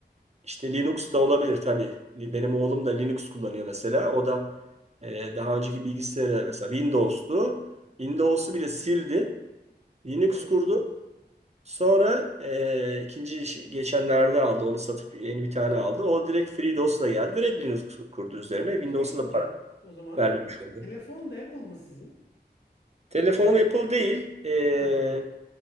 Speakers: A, on the right; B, on the left.
A: İşte Linux da olabilir tabii. Benim oğlum da Linux kullanıyor mesela. O da e, daha önceki bilgisayarı mesela Windows'tu. Windows'u bile sildi. Linux
B: Evet.
A: kurdu. Sonra eee, ikinci işi geçenlerde aldı. Onu satıp yeni bir tane aldı. O direkt FreeDOS'la geldi. Direkt Linux kurdu üzerine.
B: Peki
A: Windows'a
B: şeyi sorayım
A: da para
B: o zaman.
A: vermemiş oldu.
B: Telefon da Apple mı sizin?
A: Telefonum Apple değil. Eee,
B: Ha.